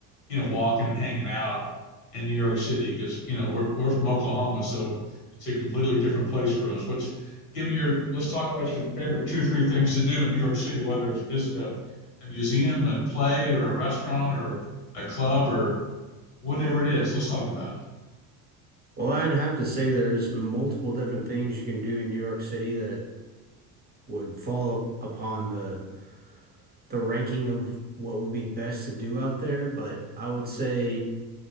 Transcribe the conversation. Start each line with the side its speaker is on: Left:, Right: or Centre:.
Left: you know, walking and hanging out in New York City because, you know, we're, we're from Oklahoma, so it's a completely different place for us. What's, give me your, let's talk about your favorite two or three things to do in New York City, whether it's visit a, a museum, a play, or a restaurant, or a club, or whatever it is. Let's talk about it.
Right: Well, I'd have to say there's multiple different things you can do in New York City that would fall upon the the ranking of what would be best to do out there, but I would say